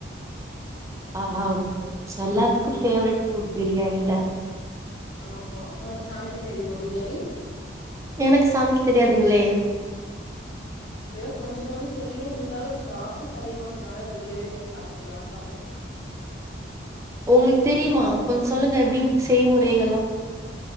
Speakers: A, on the right; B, on the left.
A: ஆ ஆ எல்லாத்துக்கும் ஃபேவரட் ஃபுட் பிரியாணி தா
B: ஆமா உனக்கு சமைக்க தெரியுமா பிரியாணி
A: எனக்கு சமைக்க தெரியாதுங்களே
B: ஏதோ கொஞ்ச கொஞ்ச தெரியும் இருந்தாலும் அது ப்ராசஸ் அதிகோன்றதுனால வெளியவே வாங்கி சாப்டுக்குலான்னு பாக்குறேன்
A: உங்களுக்கு தெரியுமா கொஞ்சம் சொல்லுங்க எப்டி செய்முறைகள்லாம்